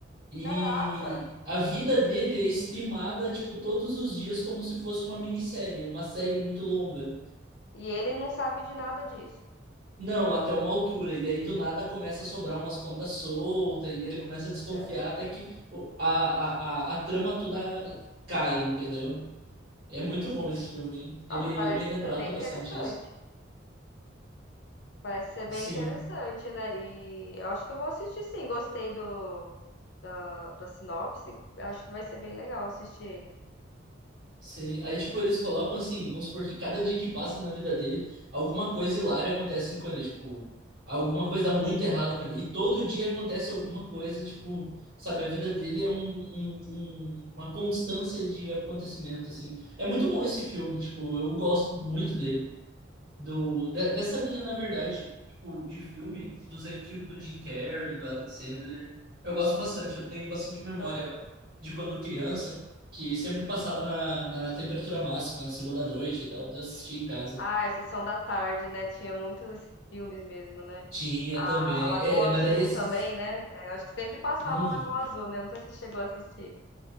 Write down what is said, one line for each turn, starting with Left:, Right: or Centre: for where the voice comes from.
Right: E
Left: Caraca.
Right: a vida dele é streamada, tipo, todos os dias como se fosse uma minissérie, uma série muito longa.
Left: E ele não sabe de nada disso.
Right: Não, até uma altura, e daí do nada começa a sobrar umas pontas soltas, e daí ele começa a desconfiar
Left: É,
Right: até que o- a, a, a, a trama toda cai, entendeu? É
Left: entendi.
Right: muito bom esse filme. Ele,
Left: Nossa, parece
Right: ele retrata
Left: ser bem
Right: bastante
Left: interessante.
Right: isso.
Left: Parece ser bem
Right: Sim.
Left: interessante, né? E eu acho que eu vou assistir sim. Gostei do, da sinopse. Acho que vai ser bem legal assistir ele.
Right: Sim, aí tipo, eles colocam assim, vamos supor que cada dia que passa na vida dele, alguma coisa hilária acontece com ele, tipo, alguma coisa dá muito errado com ele. E todo dia acontece alguma coisa, tipo, sabe, a vida dele é um, um- um- uma constância de acontecimento, assim. É muito bom esse filme, tipo, eu gosto muito dele do, de- dessa linha, na verdade, tipo, de filme, dos estilos do Jim Carrey, do Adam Sandler. Eu gosto bastante, eu tenho bastante memória
Left: Ah,
Right: de quando criança, que sempre passava na, na temperatura máxima, na segunda noite e tal, eu assistia em casa.
Left: ah, é Sessão da Tarde, né? Tinha muitos esses filmes mesmo, né?
Right: Tinha
Left: A,
Right: também.
Left: a Lagoa
Right: É, é, mas
Left: Azul
Right: daí esses.
Left: também, né? É, Eu acho que sempre passava
Right: Hum,
Left: a Lagoa Azul, né? Não sei se chegou a assistir.